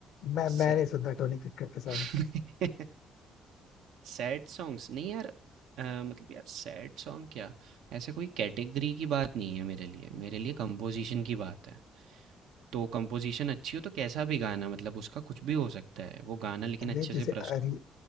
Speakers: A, on the left; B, on the right.
A: मैं
B: सै
A: मैं नहीं सुनता टोनी कक्कड़ के सॉन्ग्स
B: <laughs> सैड सॉन्ग्स नहीं यार अ, मतलब यार सैड सॉन्ग क्या ऐसे कोई कैटेगरी की बात नहीं है मेरे लिए मेरे लिए कंपोजिशन की बात है तो कंपोजिशन अच्छी हो तो कैसा भी गाना मतलब उसका कुछ भी हो सकता है वो गाना लेकिन
A: नहीं
B: अच्छे से
A: जैसे
B: प्रस्तुत
A: अरि